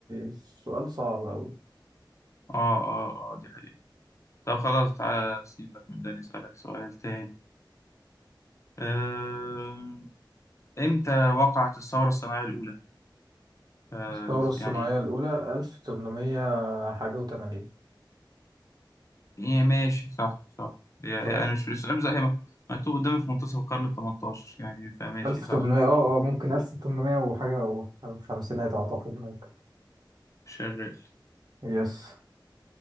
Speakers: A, on the right; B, on the left.
A: سؤال صعب أوي
B: اه اه اه دي حقيقة طب خلاص تعالى سيبك من ده نسألك سؤال تاني آه، امتى وقعت الثورة الصناعية الأولى؟ آه،
A: الثورة الصناعية
B: يعني
A: الأولى ألف تمنمية حاجة وتمانين
B: إيه ماشي صح صح هي هي-
A: صح؟
B: أنا مش في السؤال بس هي مكتوب قدامي في منتصف القرن التمنتاشر يعني فماشي
A: ألف
B: صح
A: تمنمية اه اه ممكن ألف تمنمية وحاجة أو خمسينات أعتقد ممكن
B: شغال
A: يس